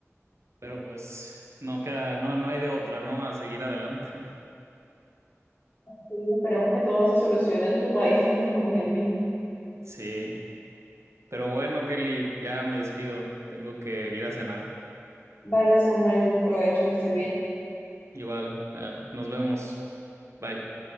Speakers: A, on the right; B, on the left.
A: pero pues no queda, no, no hay de otra, ¿no? A seguir adelante. <laughs>
B: sí, Esperemos que todo se solucione en tu país <laughs> antes como en el mío.
A: Sí, pero bueno, Kelly, ya me despido, tengo que ir a cenar.
B: Vale, Samuel, provecho que estés bien.
A: Igual, ya, nos vemos. Bye.